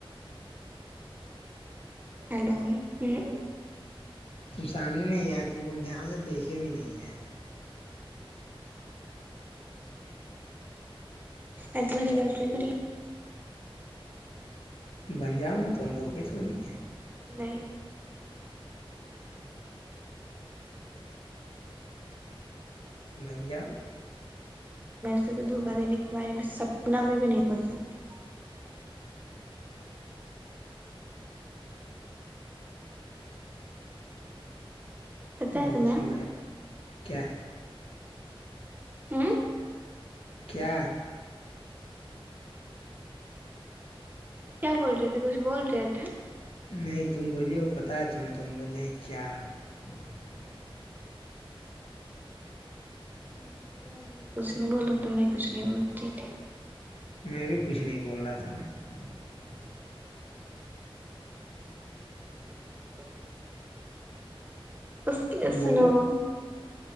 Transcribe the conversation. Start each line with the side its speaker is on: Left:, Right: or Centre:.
Right: ہیلو ہ بہار کی اوج
Left: تم سامنے نہیں آئے تم کو ہم دھیان سے دیکھے بھی نہیں ہے
Right: ا تماری گرلفرنڈ تری
Left: بن جاؤ نا تو ہم روک تھ ہو رہی ہے
Right: نہیں
Left: منجؤ
Right: سے تو دھوکا دینے کے بارے میں سپنا میں بھی نہیں سوچ سکتی ہ پتہ ہے
Left: بہت
Right: تمہیں
Left: سلوئل کیا
Right: ہوں
Left: کیا
Right: کیا بول رہے تھے کچھ بول رہے تھے
Left: نہیں تم بولی ہو پت ہے تمیں تم بولے کیا؟ <unintelligible>
Right: ہ نہیں نہیں کچھ نہیں بولو تمے کچھ نہیں بول تھی <unintelligible>
Left: میں بھی کچھ نہیں بول رہا تھا <unintelligible>
Right: ہوں <unintelligible> اس کے
Left: تم بولو
Right: سنو <unintelligible>